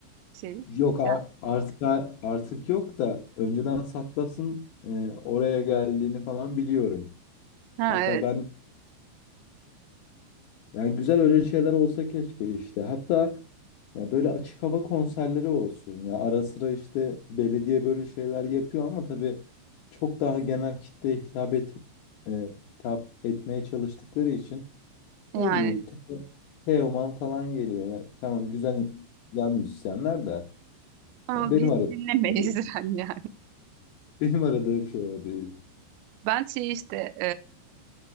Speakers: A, on the right; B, on the left.
A: şey?
B: Yok a-
A: Yani,
B: artık artık yok da önceden Sattas'ın e, oraya geldiğini falan biliyorum.
A: ha
B: Hatta
A: evet
B: ben yani güzel öyle şeyler olsa keşke işte. Hatta Ya böyle açık hava konserleri olsun ya. Ara sıra işte belediye böyle şeyler yapıyor ama tabii çok daha genel kitleye hitap et e, hitap etmeye çalıştıkları için
A: yani
B: ne bileyim Te- Teoman falan geliyor ya. Tamam güzel güzel müzisyenler de ya
A: ama
B: benim
A: biz
B: aradığım
A: dinlemeyiz
B: şey o değil.
A: <laughs> yani.
B: <laughs> benim aradığım şey o değil.
A: Ben şey işte